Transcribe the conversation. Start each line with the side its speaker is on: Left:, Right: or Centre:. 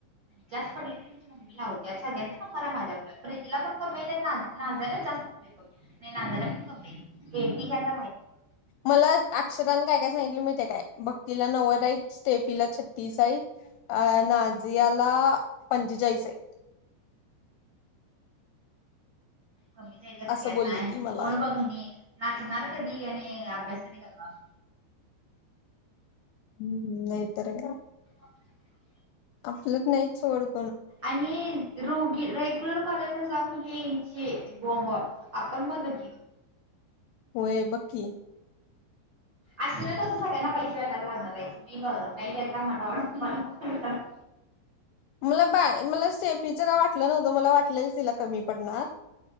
Right: जास्त पडलीी मम्मी ला होते सगळ्यांचा नंबर आहे माझ्याकडे प्रीतीला पण कमाल नाय जास्त नाही नायला पण कमाल हे ती घयला माहितय का?
Left: मला अक्षदाने काय काय सांगितलं माहीते काय भक्तीला नव्वदई स्टेफीला छत्तीसई अ नाझियाला पंचेचाळीसई
Right: कमी जाईल का सगळ्यांना
Left: असं बोलली ती मला
Right: तोडं बघती. कधी आणि अभ्यास कध करणार
Left: हम्म नाही तरर काय?
Right: <inaudible>
Left: आपलं नाहीच ड
Right: आणि रोगी रेग्युलर कॉलेज जाऊन येईल बॉमब आपण बघ घ
Left: होय बकी.
Right: असे ना तसं सगळ्यांना पैसे वगयला लागणार राहियचे मी बघ नाही घता मनात म
Left: मला बा मला सेफीच का वाटलं नव्हत. तु मला वाटलं की तिला कमी पडणार